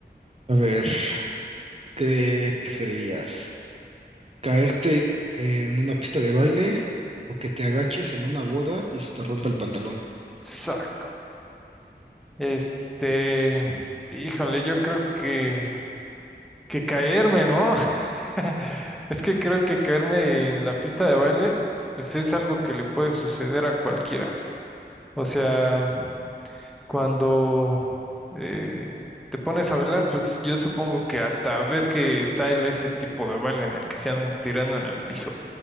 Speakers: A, on the right (about 35°); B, in the centre.
A: A ver, ¿qué preferirías? caerte en una pista de baile o que te agaches en una boda y se te rompa el pantalón.
B: Sac. Este, híjole, yo creo que, que caerme, ¿no? <laughs> Es que creo que caerme en la pista de baile, pues es algo que le puede suceder a cualquiera. O sea, cuando eh, te pones a bailar, pues yo supongo que hasta ves que está el, ese tipo de baile en el que se andan tirando en el piso.